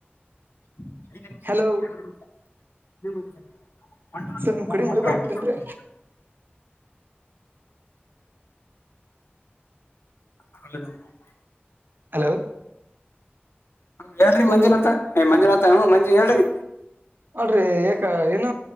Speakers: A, on the left (about 75°); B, on the right (about 55°).
A: ಐ
B: ಹಲೋ
A: ನಿಮ ನಿ ನಿ
B: ಸರ್ ನಿಮ್
A: <unintelligible>
B: ಕಡೆ ಮಳಿ ಬರ್ಕುಂತೇನ್ರಿ
A: ಅಲ್ಲದ <unintelligible>
B: ಹಲೋ
A: ಹ ಹೇಳ್ರರಿ ಮಂಜುನಾಥ ಮಂಜನಾಥ ಹ್ ಮಂಜು ಹೇಳ್ರರಿ
B: ಅಲ್ಡ್ರಿ ಕ ಏನ